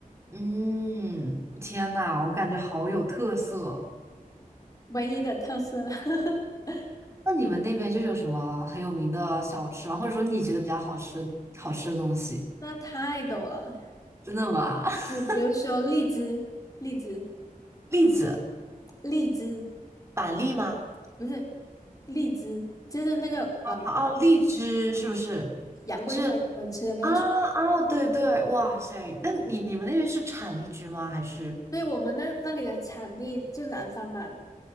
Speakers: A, on the right (about 20°); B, on the left (about 25°).
A: 嗯，天呐，我感觉好有特色。
B: 唯一的特色。<laughs>
A: 那你们那边就是有什么很有名的小吃吗？或者说你觉得比较好吃好吃的东西？
B: 那太多了，
A: 真的吗？<laughs>
B: 你比如说荔枝，荔枝，
A: 栗子，
B: 荔枝
A: 板栗吗？
B: 不是荔枝，就是那个呃
A: 哦，荔枝是不是？
B: 杨贵妃喜欢吃的那个水。
A: 是啊啊，对对，哇塞，那你你们那边是产荔枝吗？还是？
B: 所以我们那那里的产地就南方嘛，